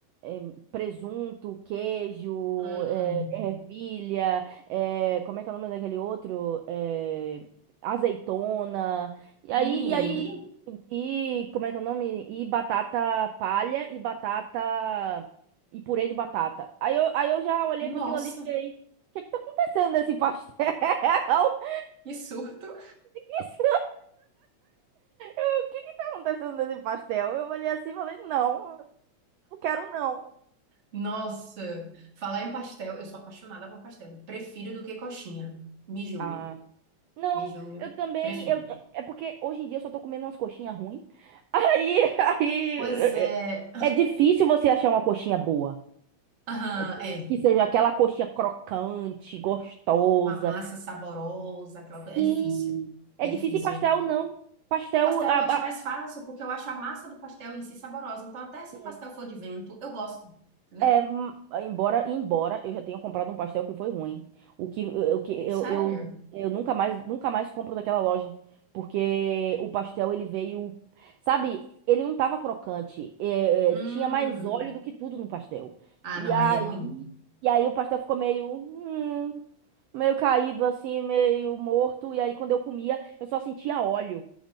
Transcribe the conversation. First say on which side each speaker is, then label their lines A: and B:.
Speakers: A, on the right; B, on the right.
A: eh, presunto, queijo,
B: hum.
A: eh, ervilha, eh, como é que é o nome daquele outro? Eh, azeitona. E aí,
B: Menina,
A: e aí, e como é que é o nome? E batata palha e batata e purê de batata. Aí eu, aí eu já olhei
B: nossa,
A: para aquilo ali e fiquei, o que que tá acontecendo nesse pastel? <laughs>
B: que surto.
A: O que que isso? O que que tá acontecendo nesse pastel? Eu olhei assim e falei, não, não quero não.
B: Nossa, falar em pastel, eu sou apaixonada por pastel. Prefiro do que coxinha. Me julguem,
A: Ah. Não,
B: me julguem.
A: eu também.
B: Prefiro.
A: Eu, é porque hoje em dia eu só tô comendo umas coxinhas ruins. <laughs> Aí, aí.
B: Pois é,
A: É é difícil você achar uma coxinha boa.
B: aham,
A: É Que,
B: é.
A: que seja aquela coxinha crocante, gostosa.
B: Com a massa saborosa, aquela coisa.
A: Sim.
B: É difícil.
A: É
B: É
A: difícil
B: difícil.
A: e pastel, não. Pastel.
B: Pastel
A: A,
B: eu
A: a-
B: acho mais fácil porque eu acho a massa do pastel em si saborosa. Então, até se
A: sim
B: o pastel for de vento, eu gosto. Entendeu?
A: É, hum, embora, embora eu já tenha comprado um pastel que foi ruim. O que, eh, o que eu,
B: Sério?
A: eu, eu nunca mais, nunca mais compro daquela loja, porque o pastel ele veio, sabe, ele não tava crocante, é,
B: Hum.
A: é, tinha mais óleo do que tudo no pastel.
B: Ah,
A: E
B: não,
A: aí,
B: aí é ruim.
A: e aí o pastel ficou meio, hum, meio caído assim, meio morto, e aí quando eu comia, eu só sentia óleo,